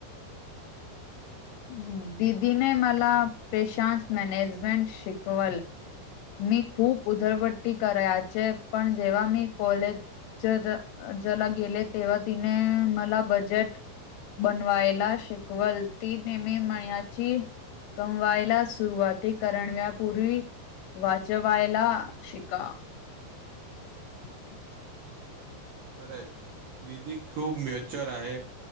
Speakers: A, on the left; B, on the right.
A: दिदीने मला पेशांच मॅनेजमेंट शिकवल. मी खूप उधळपट्टी करायचे पण जेव्हा मी कॉलेज ज ज ज्याला गेले तेव्हा तिने मला बजेट बनवायला शिकवल ती नेहमी मयाची कमवायला सुरुवाती करणव्यापूर्वी वाचवायला शिका. <inaudible>
B: खरंच दिदी खूप मेच्युर आहे.